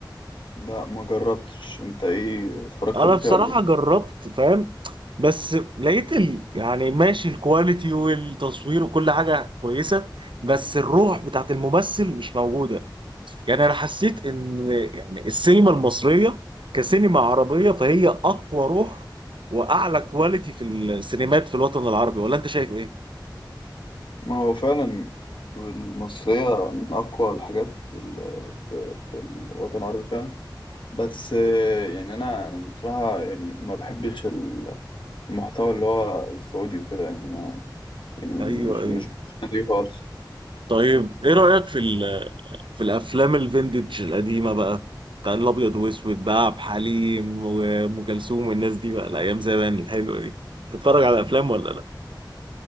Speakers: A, on the left; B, on the right.
A: لا ما جربتش انت ايه اتفرجت
B: انا
A: قبل
B: بصراحة
A: كده ولا ايه
B: جربت فاهم بس لقيت ال... يعني ماشي الكواليتي والتصوير وكل حاجة كويسة بس الروح بتاعت الممثل مش موجودة يعني انا حسيت ان يعني السينما المصرية كسينما عربية فهي اقوى روح واعلى كواليتي في السينمات في الوطن العربي ولا انت شايف ايه
A: ما هو فعلا المصرية من اقوى الحاجات ال- في في الوطن العربي فعلا بس آه، يعني انا بصراحة يعني ما بحبش ال- المحتوى اللي هو السعودي وكده يعني ما يعني
B: ايوه
A: مش مش
B: ايوه
A: بتفهم ليه خالص
B: طيب ايه رأيك في ال في الافلام الفينتج القديمه بقى بتاع الابيض واسود بقى عبد الحليم وام كلثوم والناس دي بقى الايام زمان الحلوه دي تتفرج على افلام ولا لا